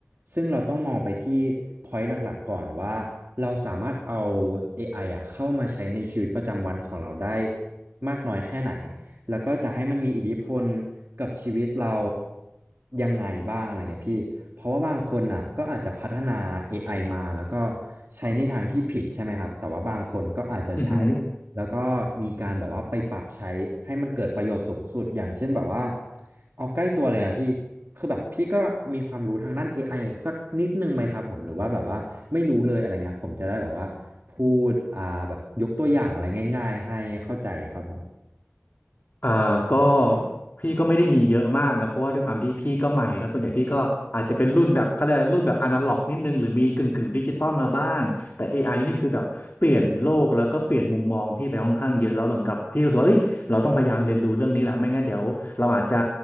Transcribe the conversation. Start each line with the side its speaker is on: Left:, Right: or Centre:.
Right: ซึ่งเราต้องมองไปที่ point หลักๆก่อนว่าเราสามารถเอา AI อไออะเข้ามาใช้ในชีวิตประจำวันของเราได้มากน้อยแค่ไหนแล้วก็จะให้มันมีอิทธิพลกับชีวิตเรายังไงบ้างอะไรเงี้ยพี่เพราะว่าบางคนอ่ะก็อาจจะพัฒนา AI มาแล้วก็ใช้ในทางที่ผิดใช่ไหมครับแต่ว่าบางคนก็อาจจะใช้
Left: อือหือ
Right: แล้วก็มีการแบบว่าไปปรับใช้ให้มันเกิดประโยชน์สูงสุดอย่างเช่นแบบว่าเอาใกล้ตัวเลยนะพี่คือแบบพี่ก็มีความรู้ทางด้าน AI สักนิดนึงไหมครับผมหรือว่าแบบว่าไม่รู้เลยอะไรเงี้ยผมจะได้แบบว่าพูดอ่าแบบยกตัวอย่างอะไรง่ายๆให้เข้าใจอะครับผม
Left: อ่าก็พี่ก็ไม่ได้มีเยอะมากนะเพราะว่าด้วยความที่พี่ก็ใหม่แล้วส่วนใหญ่พี่ก็อาจจะเป็นรุ่นแบบเขาเรียกอะไรรุ่นแบบอนาล็อกนิดนึงหรือมีกึ่งกึ่งดิจิตอลมาบ้างแต่ AI นี่คือแบบเปลี่ยนโลกแล้วก็เปลี่ยนมุมมองพี่ไปค่อนข้างเยอะแล้วเหมือนกับพี่รู้สึกว่าเอ้ยเราต้องพยายามเรียนรู้เรื่องนี้แหละไม่งั้นเดี๋ยวเราอาจจะ